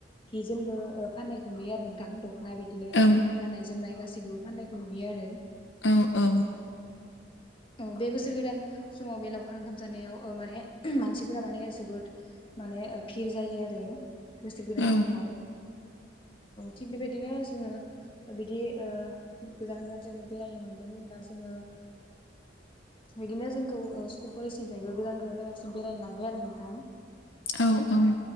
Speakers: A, on the left; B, on the left.
A: बिजोंबो फानायखौ नुयो आरो नोंथां। दख'ना बिदिनो
B: औ
A: गानाय जोमनाय गासैखौबो फान्नायखौ नुयो आरो।
B: औ औ।
A: औ बे बोसोर गोदान समाव बे लावखार ओंखाम जानायाव माने मानसिफोरा माने जोबोद माने भिर जायो आरो। बोसोर गोदान
B: औ
A: समाव। थिग बेबायदिनो जोंङो बिदि गोजान गोजान जायगायाव बेरायनो मोनदोंहोनोब्ला जोंङो बिदिनो जोंखौ स्कुल कलेजनिफ्रायबो गोजान गोजान जायगासिम बेरायनो लांबाय आरो नोंथां।
B: औ